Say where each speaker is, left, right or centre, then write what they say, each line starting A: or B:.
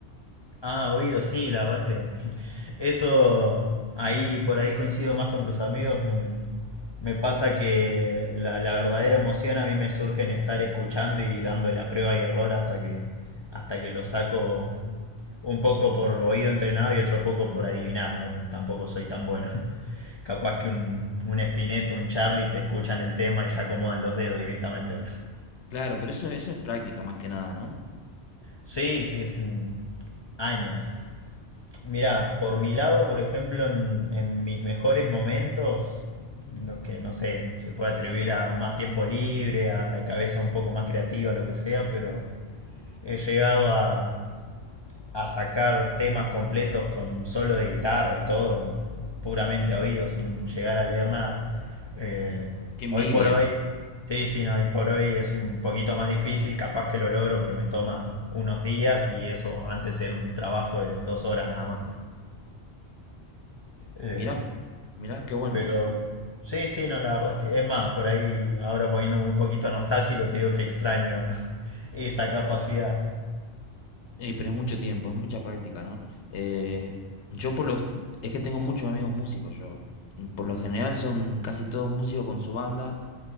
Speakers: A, on the left; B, on the left.
A: Ah, oído, sí, la verdad que <laughs> eso ahí por ahí coincido más con tus amigos. Me, me pasa que la, la verdadera emoción a mí me surge en estar escuchando y dándole a prueba y error hasta que, hasta que lo saco un poco por oído entrenado y otro poco por adivinar, ¿no? Tampoco soy tan bueno. <laughs> Capaz que un, un Spinetta, un Charlie te escuchan el tema y ya acomodan los dedos directamente. pero- <laughs>
B: Claro, pero eso, eso es práctica más que nada, ¿no?
A: Sí, sí, es un- años. Mira, por mi lado, por ejemplo, en, en mis mejores momentos, los que no sé, se puede atribuir a más tiempo libre, a la cabeza un poco más creativa, lo que sea, pero he llegado a, a sacar temas completos con solo de guitarra y todo, puramente a oído, sin llegar a leer nada. Eh,
B: Qué envidia.
A: hoy por hoy, sí, sí, no, hoy por hoy es un poquito más difícil, capaz que lo logro, pero me toma unos días y eso antes era un trabajo de dos horas nada más. Eh,
B: Mirá, mirá, qué bueno.
A: pero sí, sí, no, la verdad es que es más, por ahí ahora poniéndome un poquito nostálgico, te digo que extraño <laughs> esa capacidad.
B: Eh, pero es mucho tiempo, es mucha práctica, ¿no? Eh, yo por lo... Es que tengo muchos amigos músicos, yo. Por lo general son casi todos músicos con su banda.